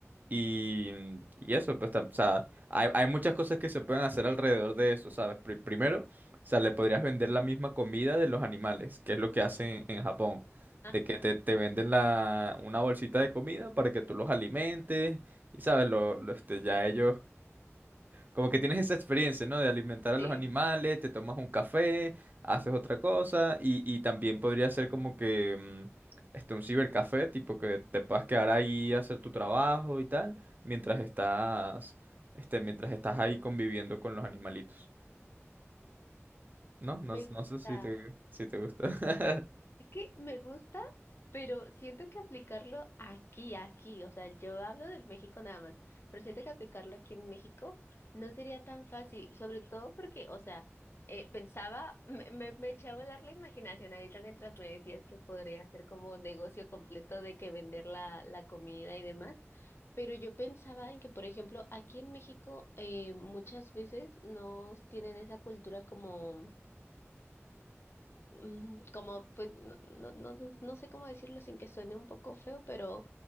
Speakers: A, on the right; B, on the left.
A: y, mm, y eso, pues, tam- o sea, hay, hay muchas cosas que se pueden hacer alrededor de eso, ¿sabes? Pri- primero, o sea, le podrías vender la misma comida de los animales, que es lo que hacen en Japón,
B: Ajá,
A: de que te, te venden la, una bolsita de comida para que tú los alimentes y, ¿sabes? Lo, lo, este, ya ellos como que tienes esa experiencia, ¿no? De alimentar a los
B: sí.
A: animales, te tomas un café, haces otra cosa y, y también podría ser como que mm, este, un cibercafé, tipo que te puedas quedar ahí a hacer tu trabajo y tal, mientras estás, este, mientras estás ahí conviviendo con los animalitos, ¿no? No,
B: Me gusta.
A: no sé si te, si te gusta. <laughs>
B: Es que me gusta, pero siento que aplicarlo aquí, aquí, o sea, yo hablo de México nada más, pero siento que aplicarlo aquí en México no sería tan fácil, sobre todo porque, o sea, eh, pensaba, me, me, me eché a volar la imaginación ahorita mientras me decías que podría hacer como un negocio completo de que vender la, la comida y demás. Pero yo pensaba en que, por ejemplo, aquí en México eh, muchas veces no tienen esa cultura como mm, como, pues, no, no, no, no no sé cómo decirlo sin que suene un poco feo, pero